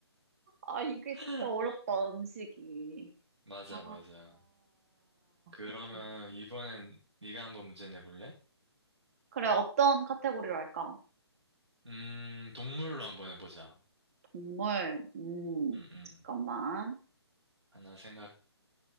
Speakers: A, on the right; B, on the right.
A: 아, 이게
B: <laughs>
A: 진짜 어렵다, 음식이.
B: 맞아,
A: 아,
B: 맞아. 그러면
A: 오케이.
B: 이번엔 네가 한번 문제 내볼래?
A: 그래, 어떤 카테고리로 할까?
B: 음, 동물로 한번 해보자.
A: 동물, 음,
B: 음, 음.
A: 잠깐만.
B: 하나 생각해서